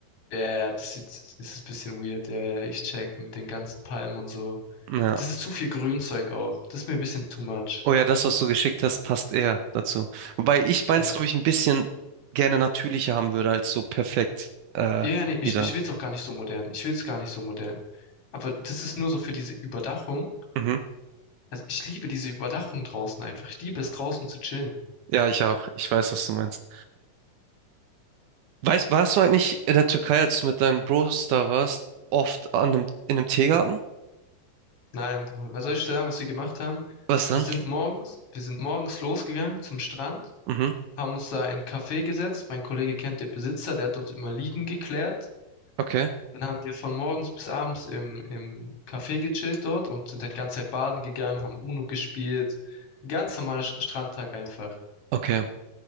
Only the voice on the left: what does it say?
Ja, ja, ja, das sieht, das ist ein bisschen weird. Ja, ja, ich check mit den ganzen Palmen und so.
Das ist zu viel Grünzeug auch. Das ist mir ein bisschen too much.
Ja,
ja, ja, nee, ich,
ich will's auch gar nicht so modern. Ich will's gar nicht so modern. Aber das ist nur so für diese Überdachung.
Also ich liebe diese Überdachung draußen einfach. Ich liebe es draußen zu chillen.
Nein, Bruder, was soll ich dir sagen, was wir gemacht haben?
Wir sind morgens, wir sind morgens losgegangen zum Strand,
haben uns da in ein Café gesetzt. Mein Kollege kennt den Besitzer, der hat uns immer liegen geklärt.
Dann haben wir von morgens bis abends im, im Café gechillt dort und sind halt die ganze Zeit baden gegangen, haben Uno gespielt. Ein ganz normaler Sch- Strandtag einfach.